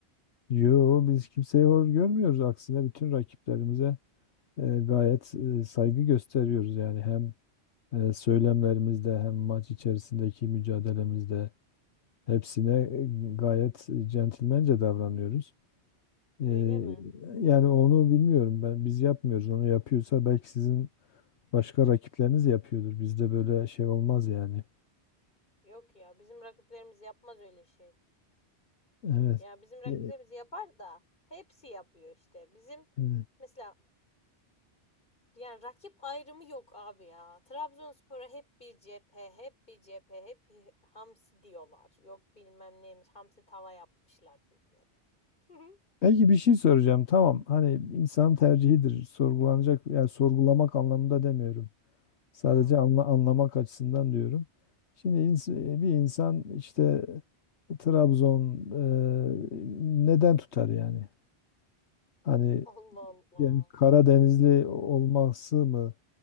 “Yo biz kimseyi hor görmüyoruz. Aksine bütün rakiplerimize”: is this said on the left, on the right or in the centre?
Left